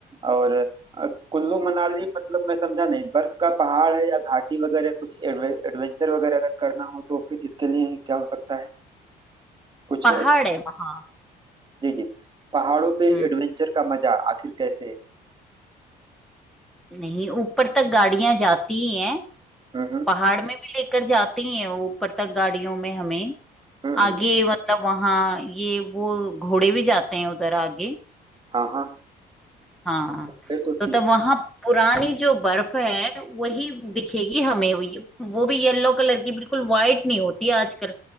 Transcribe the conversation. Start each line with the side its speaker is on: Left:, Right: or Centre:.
Right: और अ, कुल्लू मनाली मतलब मैं समझा नहीं बर्फ का पहाड़ है या घाटी वगैरह कुछ एडवे, एडवेंचर वगैरह अगर करना हो तो फिर इसके लिए क्या हो सकता है कुछ
Centre: पहाड़
Right: है
Centre: है वहां
Right: जी जी पहाड़ों पे
Centre: हम्म
Right: एडवेंचर का मजा आखिर कैसे
Centre: नहीं ऊपर तक गाड़ियां जाती ही हैं
Right: हम्म हम्म
Centre: पहाड़ में भी लेकर जाते हैं वो ऊपर तक गाड़ियों में हमें
Right: हम्म हम्म,
Centre: आगे मतलब वहाँ ये वो घोड़े भी जाते हैं उधर आगे
Right: हाँ हाँ
Centre: हाँ
Right: फिर तो
Centre: तो
Right: ठीक
Centre: तब
Right: है
Centre: वहाँ पुरानी जो बर्फ है वही दिखेगी हमें वो वो भी येलो कलर की बिल्कुल वाइट नहीं होती आजकल